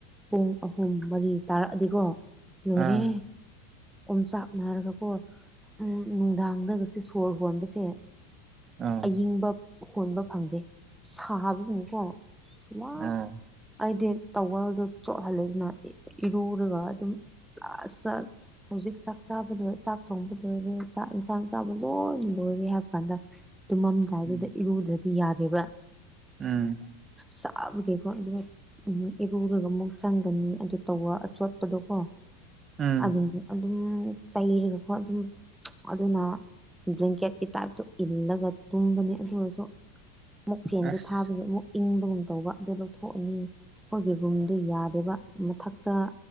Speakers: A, in the centre; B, on the right.
A: ꯄꯨꯡ ꯑꯍꯨꯝ ꯃꯔꯤ ꯇꯥꯔꯛꯑꯗꯤꯀꯣ ꯂꯣꯔꯦ
B: ꯑꯥ
A: ꯑꫭꯝꯆꯥꯛꯅꯔꯒꯀꯣ ꯎꯝ ꯅꯨꯡꯗꯥꯡꯗꯒꯁꯦ ꯁꯣꯔ ꯍꯣꯟꯕꯁꯦ
B: ꯑ
A: ꯏꯪꯕ ꯍꯣꯟꯕ ꯐꯪꯗꯦ ꯁꯥꯕꯒꯨꯝꯕꯀꯣ ꯋꯥ
B: ꯑꯥꯎ
A: ꯑꯩꯗꯤ ꯇꯧꯋꯦꯜꯗꯣ ꯆꯣꯠꯍꯜꯂꯦꯗꯅ ꯏꯔꯨꯔꯒ ꯑꯗꯨꯝ ꯂꯥꯁꯇ ꯍꯧꯖꯤꯛ ꯆꯥꯛ ꯆꯥꯕ ꯂꯣꯏ ꯆꯥꯛ ꯊꯣꯡꯕ ꯂꯣꯏꯔꯦ ꯆꯥꯛ ꯏꯟꯁꯥꯡ ꯆꯥꯕ ꯂꯣꯏꯅ ꯂꯣꯏꯔꯦ ꯍꯥꯏꯕ ꯀꯥꯟꯗ ꯇꯨꯝꯃꯝꯗꯥꯏꯗꯨꯗ
B: ꯎꯝ
A: ꯏꯔꯨꯗ꯭ꯔꯗꯤ ꯌꯥꯗꯦꯕ
B: ꯎꯝ
A: ꯁꯕꯒꯤꯀꫭ ꯎꯝ ꯏꯔꯨꯔꯒꯃꯨꯛ ꯆꯪꯒꯅꯤ ꯑꯗꯨ ꯇꯧꯕ ꯑꯆꯣꯠꯄꯗꯣꯀꯣ
B: ꯎꯝ
A: ꯑꯗꯨ ꯑꯗꯨꯝ ꯇꯩꯔꯒꯀꯣ ꯑꯗꯨꯝ ꯑꯗꯨꯅ ꯕ꯭ꯂꯦꯡꯀꯦꯠꯀꯤ ꯇꯥꯏꯞꯇꯣ ꯏꯜꯂꯒ ꯇꯨꯝꯕꯅꯦ ꯑꯗꯨ ꯑꯣꯏꯔꯁꯨ ꯑꯃꯨꯛ ꯐꯦꯟꯗꯣ
B: ꯑꯁ
A: ꯊꯥꯕꯒꯤ ꯑꯃꯨꯛ ꯏꯪꯕꯒꯨꯝ ꯇꯧꯕ ꯑꯗꯨꯒ ꯊꯣꯛꯑꯅꯤ ꯑꯩꯈꯣꯏꯒꯤ ꯔꯨꯝꯗꯨ ꯌꯥꯗꯦꯕ ꯃꯊꯛꯇ